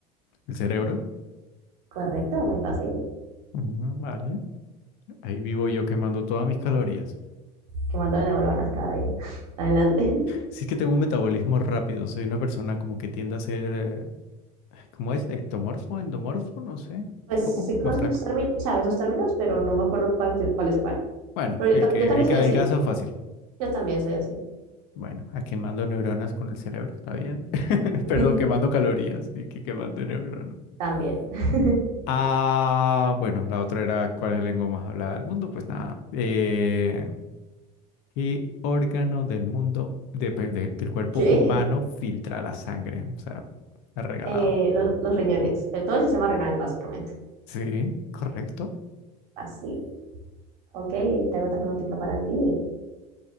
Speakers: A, on the left; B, on the right.
A: ¿El cerebro?
B: Correcto, muy fácil.
A: Mm, Vale, ahí vivo yo quemando todas mis calorías.
B: Que mandan neuronas cada día. <laughs> Adelante.
A: Si es que tengo un metabolismo rápido, soy una persona como que tiende a ser eh, ¿Cómo es? ¿Ectomorfo? ¿Endomorfo? No sé. Un
B: Pues
A: poco
B: sí conozco
A: más flaco.
B: esos términos, o sea, esos términos, pero no me acuerdo cuál, de- cuál es cuál.
A: Bueno,
B: Pero yo,
A: el
B: tam-
A: que,
B: yo también
A: el
B: soy
A: que adelgaza
B: así.
A: fácil.
B: Yo también soy así.
A: Bueno, a quemando neuronas con el cerebro, está bien. <laughs>
B: <laughs>
A: Perdón, quemando calorías y que quemando neuronas.
B: También. <laughs>
A: Ah, bueno, la otra era ¿cuál es la lengua más hablada del mundo? Pues nada. Eh, ¿qué órgano del mundo, de- pe- de- del cuerpo
B: ¿Qué?
A: humano filtra la sangre? O sea, regalado.
B: Eh, los, los riñones. Eh, todo el sistema renal, básicamente.
A: Sí, correcto.
B: Fácil. Ok, tengo otra preguntita para ti.